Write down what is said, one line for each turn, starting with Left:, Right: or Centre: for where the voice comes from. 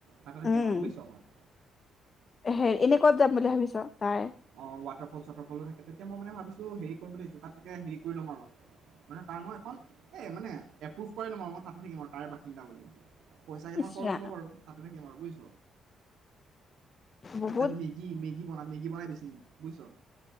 Right: হাতে থাকিম
Left: উম
Right: আৰু বুজিছ মই
Left: হে এনেকুৱাত যাম বুলি ভাবিছ তাই
Right: অ ৱাটাৰফল চৱাটাৰফলো থাকে তেতিয়া মই মানে ভাবিছো হেৰি কৰিব ল আহিছো তাত হেৰি কৰি ল'ম আৰু মানে তাৰ মই এখন এই মানে এপ্ৰুভ কৰি ল'ম আৰু মই তাততে থাকিম আৰু তাইৰ বাসিন্দা বুলি পইচা কিমান
Left: ইচ
Right: খৰচ
Left: ৰাম
Right: হব বাৰু তাতে থোকিম আৰু বুইছ
Left: বহুত
Right: তাত মেগী মেগী বন মেগী বনাই বেছি বুজিছ